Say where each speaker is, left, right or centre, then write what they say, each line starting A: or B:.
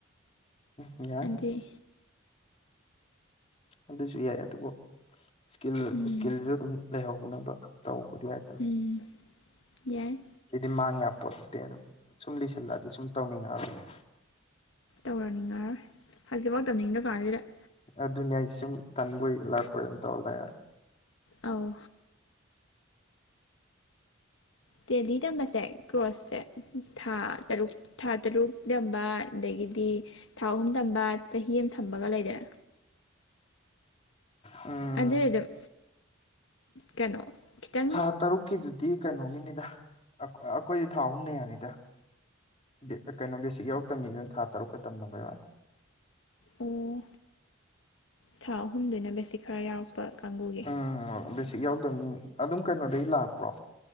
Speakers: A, on the left; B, on the left.
A: ꯎꯝ ꯌꯥꯏ
B: ꯑꯗꯨꯗꯤ
A: ꯑꯗꯨꯁꯨ ꯌꯥꯏ ꯑꯗꯨꯕꯨ ꯁ꯭ꯀꯤꯜ
B: ꯎꯝ
A: ꯁ꯭ꯀꯤꯜꯁꯨ ꯑꯗꯨꯝ ꯂꯩꯍꯧꯅꯕ ꯇꯧꯕꯗꯤ ꯌꯥꯢ
B: ꯎꯝ ꯌꯥꯏ
A: ꯁꯤꯗꯤ ꯃꯥꯡꯌꯥꯄꯣꯟꯇꯦ ꯗꯨꯝ ꯁꯨꯝ ꯂꯤꯁꯜꯂꯛꯑꯗꯤ ꯁꯨꯝ ꯇꯧꯅꯤꯡꯉꯛꯑꯔꯣꯏꯕ
B: ꯇꯧꯔꯛꯅꯤꯡꯉꯥꯔꯣꯏ ꯍꯧꯖꯤꯛꯐꯥꯎ ꯇꯧꯅꯤꯡꯗ꯭ꯔꯀꯥꯟꯖꯤꯗ
A: ꯑꯗꯨꯅꯦ ꯍꯥꯏꯖꯦ ꯁꯨꯝ ꯇꯟꯕꯣꯏ ꯂꯥꯛꯄꯣꯏ ꯑꯗꯨꯝ ꯇꯧꯔ ꯂꯩꯔꯅꯤ
B: ꯑꯥꯎ ꯇꯦꯜꯂꯤ ꯇꯝꯕꯁꯦ ꯀ꯭ꯔꯣꯁꯁꯦ ꯊꯥ ꯇꯔꯨꯛ ꯊꯥ ꯇꯔꯨꯛ ꯇꯝꯕ ꯑꯗꯒꯤ ꯗꯤ ꯊꯥ ꯑꯍꯨꯝ ꯇꯝꯕ ꯆꯍꯤ ꯑꯃ ꯊꯝꯕꯒ ꯂꯩꯗꯅ
A: ꯎꯝ
B: ꯑꯗꯨꯗꯤ ꯑꯗꯨꯝ ꯀꯩꯅꯣ ꯈꯤꯇꯪ
A: ꯊꯥ ꯇꯔꯨꯛꯀꯤꯗꯨꯗꯤ ꯀꯩꯅꯣꯒꯤꯅꯤꯗ ꯑꯩꯈꯣ ꯑꯈꯣꯏꯗꯤ ꯊꯥ ꯑꯍꯨꯝꯅ ꯌꯥꯅꯤꯗ ꯕꯦꯛ ꯀꯩꯅꯣ ꯕꯦꯁꯤꯛ ꯌꯥꯎ ꯇꯝꯃꯤꯗꯨꯅ ꯊꯥ ꯇꯔꯨꯛꯀ ꯇꯝꯅꯕ ꯌꯥꯎꯋꯦ꯫
B: ꯑꯣ ꯊꯥ ꯑꯍꯨꯝꯗ ꯕꯦꯁꯤꯛ ꯈꯔ ꯌꯥꯎꯔꯛꯄ ꯀꯥꯡꯕꯨꯒꯤ꯫
A: ꯎꯝ ꯕꯦꯁꯤꯛ ꯌꯥꯎꯗꯕꯅꯤ ꯑꯗꯨꯝ ꯀꯩꯅꯣꯗꯩ ꯂꯥꯛꯄ꯭ꯔꯣ